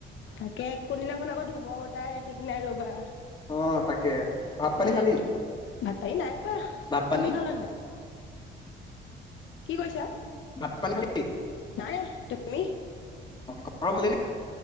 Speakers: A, on the left; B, on the left.
A: তাকে কোনদিনাখন আকৌ ধুমূহা বতাহ আহে ঠিক নাই ৰবা
B: অ তাকে ভাত পানী
A: এতিয়া
B: খালি
A: ভাত পানী নাই খোৱা
B: ভাত পানী
A: তুমি খালানে? কি কৈছা?
B: <unintelligible>
A: নাই তুমি?
B: <unintelligible>